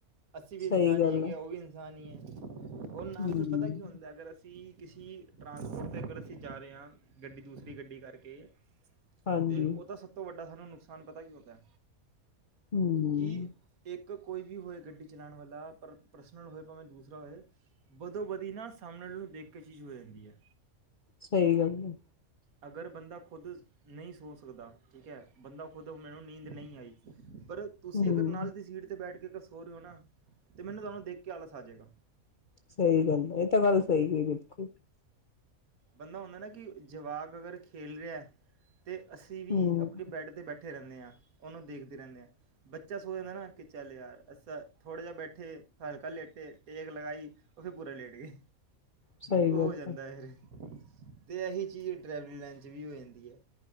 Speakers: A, on the right; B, on the left.
A: ਅਸੀਂ ਵੀ ਇਨਸਾਨ
B: ਸਹੀ ਗੱਲ
A: ਇ ਹੈਗੇ ਆ, ਓਹ ਵੀ ਇਨਸਾਨ ਈ ਏ ਹੋਰ ਨਾਲ
B: ਹਮ
A: ਫੇਰ ਪਤਾ ਕੀ ਹੋਂਦਾ ਅਗਰ ਅਸੀਂ ਕਿਸੀ ਟਰਾਂਸਪੋਰਟ 'ਤੇ ਅਗਰ ਅਸੀਂ ਜਾ ਰਹੇ ਹਾਂ ਗੱਡੀ ਦੂਸਰੀ ਗੱਡੀ ਕਰਕੇ ਅਤੇ
B: ਹਾਂਜੀ
A: ਉਹ ਤਾਂ ਸਭ ਤੋਂ ਵੱਡਾ ਸਾਨੁ ਨੁਕਸਾਨ ਪਤਾ ਕੀ ਹੋਂਦਾ ਏ
B: ਹਮ
A: ਕੀ ਇੱਕ ਇੱਕ ਕੋਈ ਵੀ ਹੋਏ ਗੱਡੀ ਚਲਾਉਣ ਵਾਲਾ ਪਰ ਪਰਸਨਲ ਹੋਏ ਭਾਵੇਂ ਦੂਸਰਾ ਹੋਵੇ ਵਦੋ ਵੈਦੀ ਨਾ ਸਾਹਮਣੇ ਵਾਲੇ ਨੂੰ ਦੇਖ ਕੇ ਚੀਜ਼ ਹੋ ਜਾਂਦੀ ਏ
B: ਸਹੀ ਗੱਲ ਹੈ
A: ਅਗਰ ਬੰਦਾ ਖੁਦ ਨਹੀਂ ਸੋ ਸਕਦਾ ਠੀਕ ਹੈ, ਬੰਦਾ ਖੁਦ ਮੈਨੂੰ ਨੀਂਦ ਨਹੀਂ ਆਈ ਪਰ ਤੁਸੀਂ
B: ਹਮ
A: ਅਗਰ ਨਾਲ ਦੀ ਸੀਟ 'ਤੇ ਬੈਠ ਕੇ ਸੋ ਰੇ ਓ ਨਾ ਤੇ ਮੈਨੂੰ ਤੁਹਾਨੂੰ ਦੇਖ ਕੇ ਆਲਸ ਆ ਜੇਗਾ
B: ਸਹੀ ਗੱਲ ਏ, ਇਹ ਤਾਂ ਗੱਲ ਸਹੀ ਕਹੀ ਬਿਲਕੁਲ
A: ਬੰਦਾ ਹੁੰਦਾ ਨਾ ਕਿ ਜਵਾਕ ਅਗਰ ਖੇਲ ਰਿਆ ਅਤੇ ਅਸੀਂ ਵੀ
B: ਹਮ
A: ਆਪਨੇ ਬੈੱਡ ਤੇ ਬੈਠੇ ਕੱਠੇ ਰੇਂਦੇ ਆਂ ਔਨੂੰ ਦੇਖਦੇ ਰੇਂਨੇ ਆਂ ਬੱਚਾ ਸੋ ਜਾਂਦਾ ਨਾ ਕਿ ਚੱਲ ਯਾਰ ਅਸ ਥੋੜਾ ਜਿਹਾ ਬੈਠੇ ਹਲਕਾ ਲੇਟੇ ਟੇਕ ਲਗਾਈ ਔ ਫੇਰ ਪੂਰਾ ਲੇਟ ਗਏ
B: ਸਹੀ
A: ਔ
B: ਗੱਲ
A: ਹੋ ਜਾਂਦਾ
B: ਹੈ
A: ਐ ਫੇਰ ਤੇ ਐਹੀ ਚੀਜ਼ ਡਰੈਵਰੀ ਲੈਨ ਚ ਵੀ ਹੋ ਜਾਂਦੀ ਐ